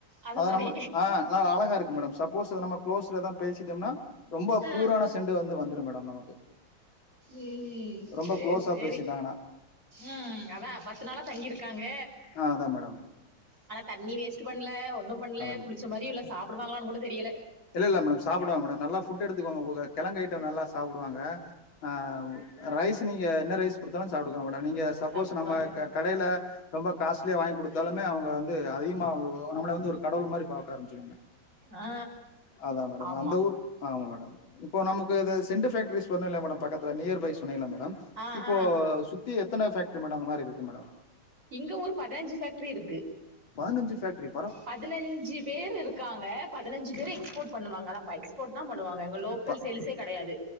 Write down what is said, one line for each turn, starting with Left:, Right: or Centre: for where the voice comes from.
Right: அந்த
Left: அத
Right: மாரி
Left: நம்ம ஆ நல்லா அழகா இருக்கு மேடம் சப்போஸ் இது நம்ம குளோஸ்லதா பேசிட்டோம்னா ரொம்ப
Right: ஆ
Left: ப்யூரான செண்டு வந்து வந்து ரு மேடம் நமக்கு
Right: ம்
Left: ரொம்ப
Right: சேரி
Left: க்ளோஸா
Right: சேரி
Left: பேசிட்டாங்கன்னா
Right: ம் அதா பத்து நாளா தங்கிருக்காங்க
Left: ஆ அதா மேடம்
Right: ஆனா தண்ணி வேஸ்ட்டு பண்ல ஒன்னும் பண்ல
Left: அதா மேடம்
Right: குளிச்ச மாரி இல்ல சாப் டுவாங்களானு கூட தெரியல
Left: இல்ல இல்ல மேடம் சாப்டுவாங்க மேடம் நல்லா ஃபுட் எடுத்துக்குவாங்க அவுக கெழங்கு ஐட்டோ நல்லா சாப்டுவாங்க ஆ அ ரைஸ் நீங்க என்ன ரைஸ் குடுத்தாலு சாப்ட்டுக்குவாங்க மே டம் நீங்க சப்போஸ்
Right: சாப்ட்டாங்க
Left: நம்ம க கடைல ரொம்ப காஸ்ட்லியா வாங்கி குடு த்தாலுமே அவுங்க வந்து அதிக மா அது நம்மள வந்து ஒரு கடவுள் மாரி பாக்க ஆரம்பிச்சிருவாங்க
Right: ஆ
Left: அதா மேடம்
Right: ஆமா
Left: அந்த ஊர் ஆமா மேடம் இப்போ நமக்கு இது செண்டு ஃபேக்ட்ரீஸ் சொன்ன இல்லயே மேடம் பக்கத்துல நியர் பை சொன்னீங்கல்ல மேடம்
Right: ஆ
Left: இப்போ
Right: ஆ
Left: சுத் தி எத்தன ஃபேக்டரி மேடம் அந்த மாரி இருக்கு மேடம்
Right: இங்க ஒரு பதனஞ்சு ஃபேக்டரி இருக்கு
Left: பதனஞ்சு ஃபேக்டரி
Right: பதனஞ்சு பேர் இருக்காங்க பதனஞ்சு பேரு
Left: சரி
Right: எக்ஸ்போர்ட் பண்ணுவாங்க. அதா ப எக்ஸ்போர்ட்தா பண்ணுவாங்க இங்க லோக்கல்
Left: ப
Right: சேல்ஸே கெடையாது.